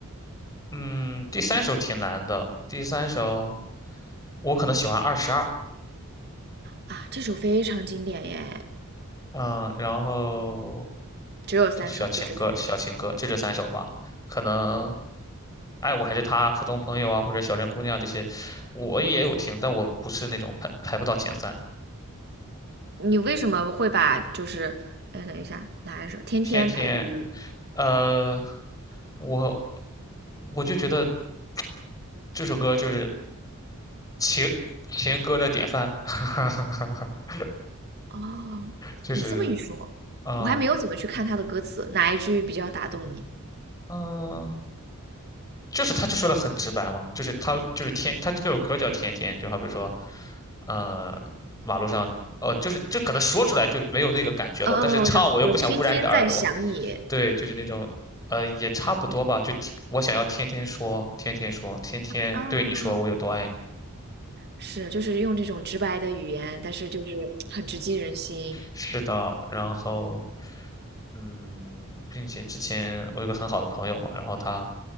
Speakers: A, on the left (about 15°); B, on the right (about 45°).
A: 嗯，第三首挺难的，第三首我可能喜欢二十二，
B: 啊，这首非常经典耶，
A: 嗯，然后
B: 只有三首，
A: 就小情歌，
B: 就这三首。
A: 小情歌就这三首吧，可能爱我还是他，普通朋友啊，或者小镇姑娘这些，我也有听，但我不是那种排排不到前三，
B: 你为什么会把就是，哎，等一下，哪一首？天天排第一。
A: 天天，呃，我我就觉得 <tsk> 这首歌就是。情情歌的典范，<laughs>
B: 哦，
A: 就是
B: 你这么一说，
A: 啊
B: 我还没有怎么去看他的歌词，哪一句比较打动你？
A: 嗯，就是他就说的很直白嘛，就是他就是天，他这首歌叫天天，就好比说，呃，马路上，哦，就是这可能说出来就没有那个感觉了，
B: 哦哦哦，
A: 但是唱我又不想污染你的耳朵，
B: 我知道，我天天在想你
A: 对，就是那种，呃，也差不多吧，就天我想要天天说，天天说，天天对你说我有多爱你。
B: 啊，是，就是用这种直白的语言，但是就是很直击人心。
A: 是的，然后，嗯，并且之前我有个很好的朋友嘛，然后他，